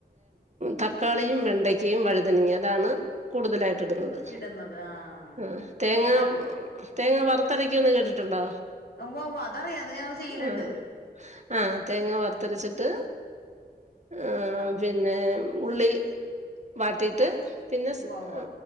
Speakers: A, on the right; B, on the left.
A: തക്കാളിയും വെണ്ടക്കയും വഴുതനി അതാണ് കൂടുതലായി ത്തിടുന്നത്
B: ഇടുന്നത് ആഹ്
A: ആ തേങ്ങ
B: നല്ല
A: തേങ്ങ വറു ഇത്തരയ്ക്കൊ ഒന്ന് കേട്ടിട്ടുണ്ടോ
B: ഉവ്വ ഉവ്വ അതറിയാ അത് ഞങ്ങള് ചെയ്യലുണ്ട്
A: ആഹ് ആഹ് തേങ്ങ വറുത്തരിച്ചിട്ട് ആ
B: ആഹ്
A: പിന്നെ ഉള്ളി വാട്ടീട്ട് പിന്നെ സ്
B: ഉവ്വ ഉവ്വ
A: ആ